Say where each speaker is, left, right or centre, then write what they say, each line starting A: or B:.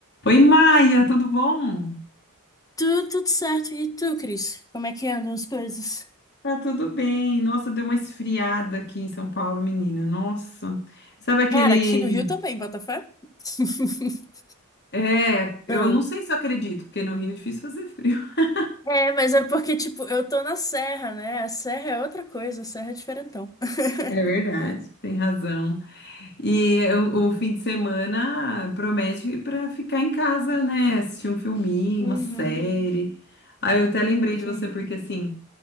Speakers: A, on the left; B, on the left.
A: Oi, Maia, tudo bom?
B: Tudo, tudo certo. E tu, Cris? Como é que andam as coisas?
A: Tá tudo bem. Nossa, deu uma esfriada aqui em São Paulo, menina. Nossa. Sabe aquele.
B: Cara, aqui no Rio também, Botafé. <laughs>
A: É, eu
B: Ah,
A: não sei se eu acredito, porque no Rio é difícil fazer frio. <laughs>
B: É, mas é porque, tipo, eu tô na serra, né? A serra é outra coisa, a serra é diferentão. <laughs>
A: É verdade. Tem razão. E o, o fim de semana promete para ficar em casa, né? Assistir um filminho,
B: Uhum,
A: uma série. Aí eu até lembrei
B: sim.
A: de você, porque assim.